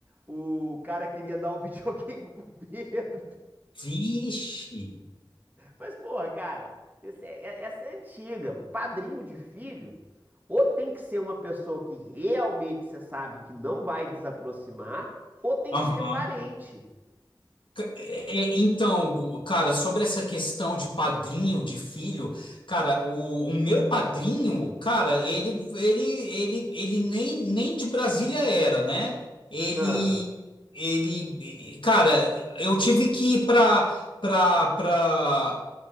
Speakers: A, on the right; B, on the left.
A: o cara queria dar o videogame <laughs> pro Pedro,
B: vixe,
A: Mas, porra, cara, esse é- é- essa é antiga. Padrinho de filho, ou tem que ser uma pessoa que realmente você sabe que não vai desaproximar, ou tem
B: aham.
A: que ser parente.
B: É, é, então, Gu, cara, sobre essa questão de padrinho, de filho, cara, o, o meu padrinho, cara, ele, ele, ele, ele nem, nem de Brasília era, né? Ele,
A: Ah,
B: ele, cara, eu tive que ir para para para